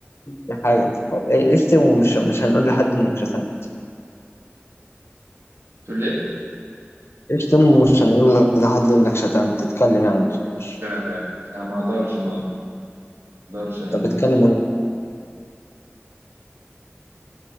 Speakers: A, on the left; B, on the right.
A: دي حاجة إيه، اشتم ومش مش هنقول لحد انك شتمت
B: تقول ليه؟
A: اشتم ومش هنقول لحد انك شتمت تتكلم يعني ما تسكتش
B: لا لا لا ما اقدرش ما اقدرش يا
A: طب
B: هندسة
A: اتكلم ولا أي حاجة